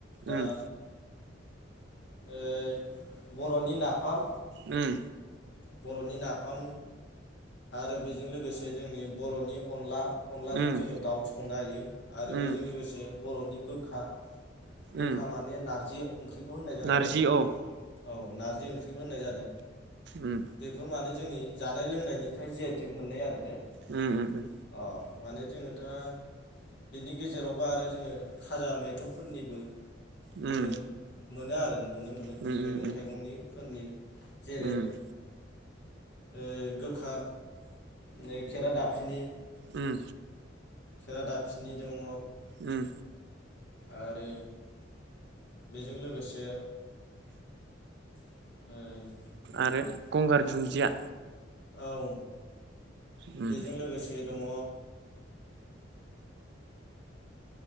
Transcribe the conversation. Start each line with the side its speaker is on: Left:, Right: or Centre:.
Left: दा।
Right: उम
Left: ओह बर'नि नाफाम।
Right: उम।
Left: बर'नि नाफाम आरो बेजों लोगोसे जोंनि बर'नि अनला। अनलाजों
Right: उम
Left: जोङो दाउ संनो हायो आरो
Right: उम
Left: बेजों लोगोसे बर'नि गोखा गोखा
Right: उम
Left: माने नारजि ओंख्रिखौ होननाय जादों
Right: नारजि
Left: आरो ना।
Right: औ
Left: औ नारजि ओंख्रिबो होननाय जादों
Right: उम
Left: बेफोर माने जोंनि जानाय लोंनायनिफ्राय जिआइ टेक मोननाय आरो ने
Right: उम उम उम।
Left: औ माने जोङो दा बिनि गेजेरावबो आरो जोङो खाजा मैगंफोरनिबो
Right: उम।
Left: जोङो मोनो आरो। नुनो मोनो
Right: उम
Left: मैगं-थाइगंनि
Right: उम उम
Left: फोरनि जेरै
Right: उम
Left: ओ गोखा नै खेरा दाफिनि
Right: उम
Left: खेरा दाफिनि दङ
Right: उम।
Left: आरो बेजों लोगोसे ओ
Right: आरो गंगार दुन्दिया
Left: औ
Right: उम
Left: बेजों लोगोसे दङ